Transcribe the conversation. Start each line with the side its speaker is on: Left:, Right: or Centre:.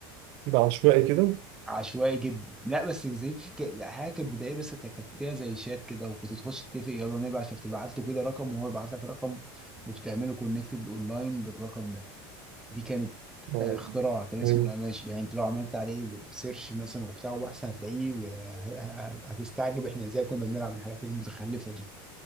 Right: كده عشوائي كده
Centre: عشوائي جدا لا بس زي في ك- حاجه كانت بدائيه بس كانت فيها زي شات كده وكنت تخش تتفق يلا نبعت فبتبعت له كده رقم وهو يبعت لك رقم وبتعملوا كونكتد اونلاين بالرقم ده دي كانت
Right: آه،
Centre: آه، اختراع كان اسمه
Right: فهمت
Centre: القماشي يعني انت لو عملت عليه سيرش مثلا وبتاع وبحث هتلاقيه آه، ه- ه- هتستعجب احنا ازاي كنا بنلعب الحاجات المتخلفه دي